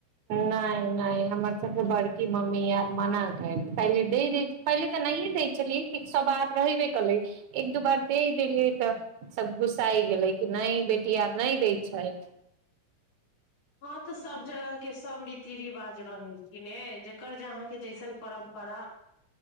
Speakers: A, on the right; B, on the left.
A: नहि नहि हमर सब बड़की मम्मी आर मनााक पहिले द द पहिले तऽ नहिए दै छलियै कि सभ आर रहबे कलै एक दू बार दहि देलियै तऽ सभ गुस्सााय गेलै कि नहि बेटी आर नहि दै छथि
B: हँ तऽ सब जगह के सब रीति रिवाज रहे कि ने जकर जे अहाँके जैसन परम्परा